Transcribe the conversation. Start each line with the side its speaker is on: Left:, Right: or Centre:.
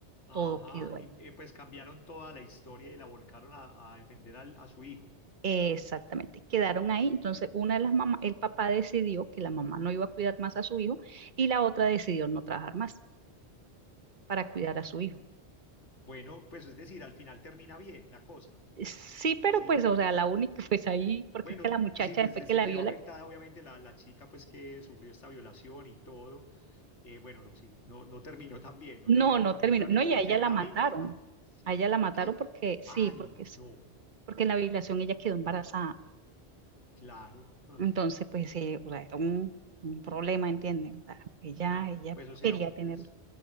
Left: ajá,
Right: todo quedó
Left: y
Right: ahí.
Left: eh, pues cambiaron toda la historia y la volcaron a, a defender al- a su hijo.
Right: Exactamente, quedaron ahí. Entonces una de las mamás, el papá decidió que la mamá no iba a cuidar más a su hijo y la otra decidió no trabajar más para cuidar a su hijo.
Left: Bueno, pues es decir, al final termina bien la cosa,
Right: Sí, pero
Left: sí,
Right: pues, o sea, la única <laughs> pues ahí, porque
Left: bueno,
Right: es que la muchacha
Left: sí, pues
Right: después
Left: se
Right: que la
Left: quedó
Right: vio
Left: afectada obviamente la, la chica pues que sufrió esta violación y todo, Eh, bueno, no, sí, no, no terminó tan bien, no
Right: No,
Left: terminó
Right: no
Left: tan
Right: terminó.
Left: bien realmente
Right: No, y
Left: porque
Right: a ella
Left: hay
Right: la
Left: una
Right: mataron.
Left: víctima, sí,
Right: A ella la
Left: ¿la
Right: mataron
Left: qué?
Right: porque, sí,
Left: Ay,
Right: porque, sí,
Left: no,
Right: porque en la violación ella quedó embarazada.
Left: claro, ah,
Right: Entonces, pues, eh, o sea, era un, un problema, ¿entienden? O sea, ella,
Left: ah,
Right: ella
Left: pues o sea,
Right: quería tenerlo.
Left: pues